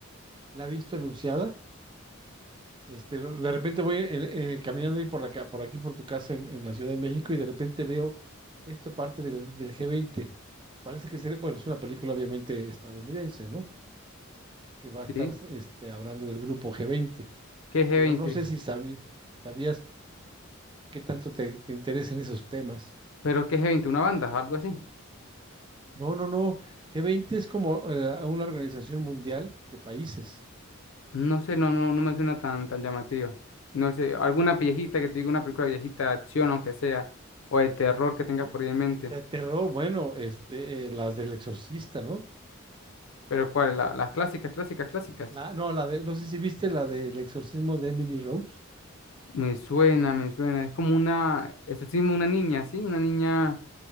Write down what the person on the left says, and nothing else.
¿Sí?
¿Qué es G20?
¿Pero qué es g veinte pero qué es g veinte una banda? ¿Algo así?
No sé, no, no, no me suena tan, tan llamativa. No sé, alguna viejita
que te diga una película viejita de acción, aunque sea, o de terror que tengas
por ahí en mente.
Pero ¿cuál? La- las clásicas, clásicas, clásicas.
Me suena, me suena. Es como una, eso sí, una niña, ¿sí? Una niña